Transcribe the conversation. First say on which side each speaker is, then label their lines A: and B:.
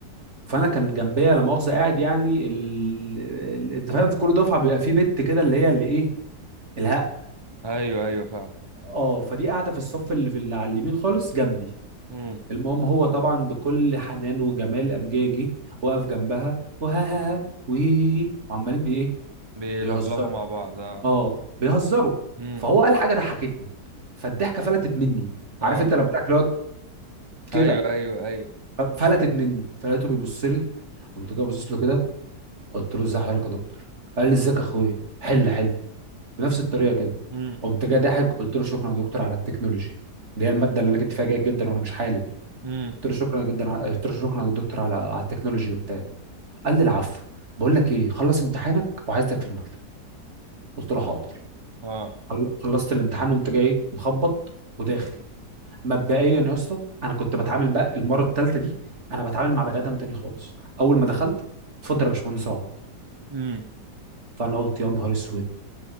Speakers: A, on the right; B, on the right.
A: فانا كان جنبيا لا مؤاخذه قاعد يعني ال... ال... انت فاهم في كل دفعه بيبقى في بت كده اللي هي اللي ايه الهق
B: ايوه ايوه فاهم
A: اه فدي قاعده في الصف اللي في اللي على اليمين خالص جنبي
B: امم
A: المهم هو طبعا بكل حنان وجمال قام جاي جه واقف جنبها وها ها ها وهي هي هي وعمالين بي ايه
B: بيلفلفوا
A: بيهزروا
B: مع بعض اه
A: اه بيهزروا
B: امم
A: فهو قال حاجه ضحكتني فالضحكه فلتت مني عارف
B: اه
A: انت لما بتاكل كده
B: ايوه ايوه ايوه
A: فلتت مني فلقيته بيبص لي قمت جاي باصص له كده قلت له ازاي حضرتك يا دكتور قال لي ازيك يا اخويا حل
B: <laughs>
A: حل بنفس الطريقه كده
B: امم
A: قمت جاي ضاحك قلت له شكرا يا دكتور على التكنولوجي اللي هي الماده اللي انا جبت فيها جيد جدا وانا مش حالل
B: امم
A: قلت له شكرا جدا ع- قلت له شكرا يا دكتور على على التكنولوجي وبتاع قال لي العفو بقول لك ايه خلص امتحانك وعايزك في المكتب قلت له حاضر
B: اه
A: خل- خلصت الامتحان وقمت جاي إيه؟ مخبط وداخل مبدئيا يا اسطى انا كنت بتعامل بقى المره الثالثه دي انا بتعامل مع بني ادم تاني خالص اول ما دخلت اتفضل يا باشمهندس اقعد
B: امم
A: فانا قلت يا نهار اسود